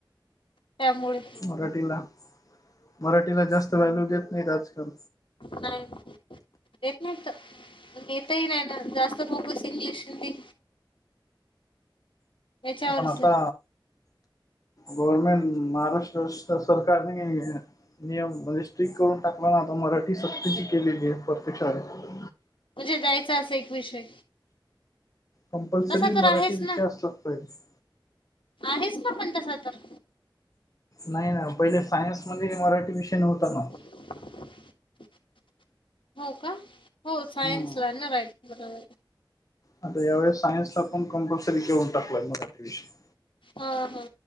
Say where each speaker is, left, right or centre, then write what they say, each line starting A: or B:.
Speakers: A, on the left; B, on the left.
A: त्यामुळे.
B: मराठीला मराठीला जास्त व्हॅल्यू देत नाहीत आजकाल.
A: नाही न. देत नाहीत देतही नाही ना जास्त फोकस इंग्लिश हिंदी. याच्यावरच
B: म आता
A: आहे.
B: गवर्नमेंट. महाराष्ट्र सरकारने नियम स्ट्रिक्ट करून. आता ना आता मराठी सक्तीची केलेली आहे प्रत्येक शाळेत.
A: म्हणजे द्यायचा असं एक विषय.
B: कंपल्सरी
A: तसा तर
B: मराठी
A: आहेच
B: विषय
A: ना
B: असलाच पाहिजे.
A: आहेच का पण तसा तर.
B: नाही ना पहिले सायन्स मध्ये मराठी विषय नव्हता ना.
A: <inaudible> हो का, हो सायन्सलाना
B: हम्म.
A: येणार आहेत बरोबर.
B: आता या वेळेस सायन्सला पण, कंपलसरी घेऊन टाकलाय मराठी विषय.
A: हा हा.